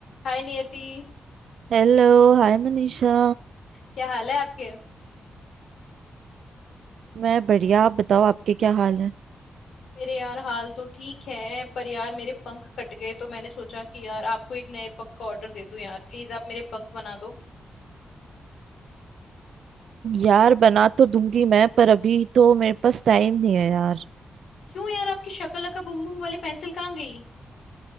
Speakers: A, on the left (about 80°); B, on the right (about 70°).
A: हाय नियति
B: हेलो हाय मनीषा
A: क्या हाल है आपके
B: मैं बढ़िया आप बताओ आपके क्या हाल है
A: मेरे यार हाल तो ठीक है पर यार मेरे पंख कट गए तो मैंने सोचा कि यार आपको एक नए पंख का ऑर्डर दे दूं यार प्लीज आप मेरे पंख बना दो
B: यार बना तो दूंगी मैं पर अभी तो मेरे पास टाइम नहीं है यार
A: क्यों यार आपकी शक्ल अका बुम बुम वाली पेंसिल कहाँ गई